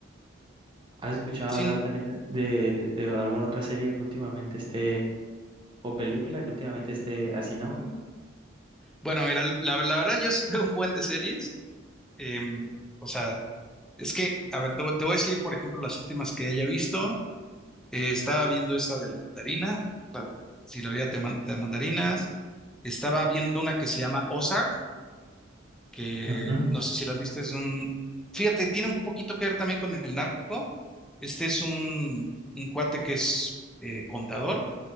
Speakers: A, on the right (about 25°); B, in the centre.
A: ¿has escuchado
B: Sin.
A: hablar también de, de alguna otra serie que últimamente esté, o película que últimamente esté así en auge?
B: bueno, mira, la, la verdad yo sí <laughs> veo un buen de series, em, o sea, es que, a ver, te, voy- te voy a decir, por ejemplo, las últimas que haya visto. Eh, estaba viendo esta de la mandarina, la de si la vida te, man- te da mandarinas. Estaba viendo una que se llama Ozark, que
A: Ujú,
B: no sé si las viste, es de un... Fíjate, tiene un poquito que ver también con el narco. Este es un, un cuate que es eh, contador